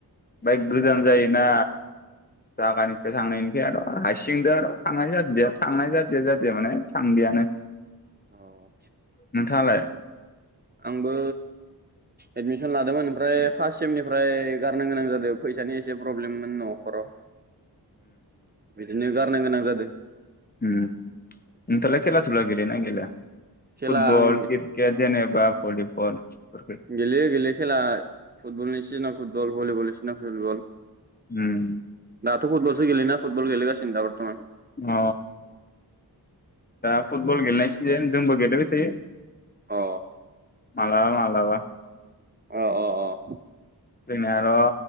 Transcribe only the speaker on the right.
औ
आंबो एदमिसन लादोंमोन ओमफ्राय फार्स्ट सेमनिफ्राय गारनो गोनां जादों फैसानि एसे प्रब्लेममोन न'खराव। बिदिनो गारनो गोनां जा <inaudible>
खेला
आं
गेलेयो गेलेयो खेला फुटबलनि सिजोनाव फुटबल भलिबलनि सिजोनाव भलिबल।
दाथ' फुटबलस गेलेयोना फुटबल गेले गा <unintelligible> बरथ'मान
अ।
ओ अ अ।